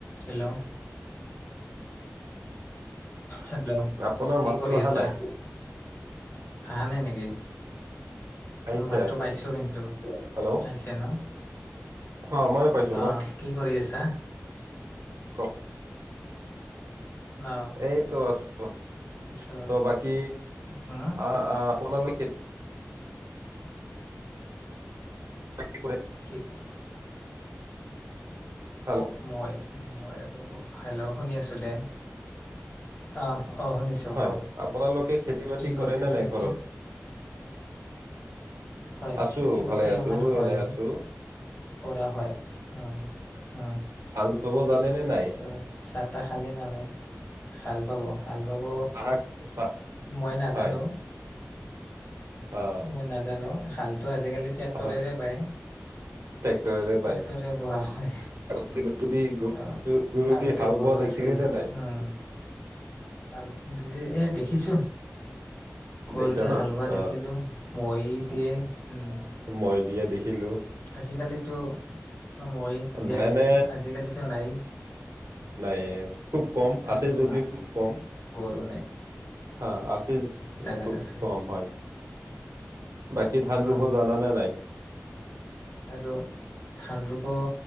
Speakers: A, on the left; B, on the right.
A: Hello hello,
B: আপোনাৰ
A: কি
B: মাততো
A: কৰি
B: আহা
A: আছা
B: নাই
A: হাহা নাই নেকি? মই
B: আহিছে
A: মাততো পাইছো কিন্তু
B: হেল্ল'
A: আহিছে ন?
B: অ, ময়ো পাইছোঁ,
A: অ
B: মই
A: কি কৰি আছা?
B: কওক
A: অ
B: এইটো আছোঁ
A: পিছত
B: ত বাকী
A: হম
B: আ আ আপোনালোক কেতিয়া <inaudible>
A: <inaudible>
B: হেল্ল'অ
A: মই, মই আৰু হেল্ল' শুনি আছোঁ দে। আহ, অ শুনিছোঁ
B: হয়
A: ক,
B: আপোনালোকে খেতি বাতি
A: কি
B: কৰে
A: কৰি
B: নে
A: আছে
B: নাই
A: এতিয়া?
B: ঘৰত
A: হয়,
B: আছো
A: খেতি-বাতি
B: ভালে আছো
A: আমাৰ হয়।
B: এনে আছো
A: কৰা হয়, অ, অ
B: হাল বাব জানে নে নাই
A: নিশ্চয়। চাহ তাহ খালি নে নাই, খাল বাব? হাল বাব
B: চাহ চাহ
A: মই নাজানো।
B: হয় অ।
A: মই নাজানো, হালতো আজিকালি ট্ৰেক্টৰেৰে
B: হয়
A: বায়,
B: ট্ৰেক্টৰেৰে
A: ট্ৰেক্টৰে
B: বাই
A: বোৱা হয়।
B: <inaudible>
A: অ,
B: গৰু
A: আগতে
B: দি হাল
A: গৰু
B: বোৱা দেখিলে
A: আছিল,
B: নে নাই
A: উম। হাল এ দেখিছোঁ। গৰুদি
B: দেখিছা ন
A: হাল বোৱা
B: অ
A: দেখিলোঁ মৰি দিয়ে। উম।
B: মৈ দিয়া দেখিলোঁ।
A: আজিকালিতো অ, মৈ দিয়া
B: ধানে
A: দেখিলোঁ। আজিকালিতো নায়েই।
B: নাইয়ে। খুব কম,
A: তেনেকুৱা
B: আছে যদিও খুব কম।
A: গৰু
B: হা আছে।
A: জেগাত
B: খুব
A: আছে।
B: কম হয় বাকী ধান
A: উম
B: ৰুব জাননে নাই?
A: আৰু ধান ৰুব